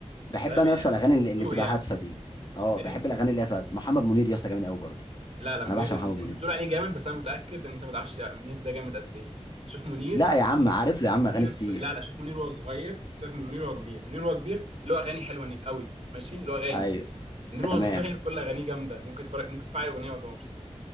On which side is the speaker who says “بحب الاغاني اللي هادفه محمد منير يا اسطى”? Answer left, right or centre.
Left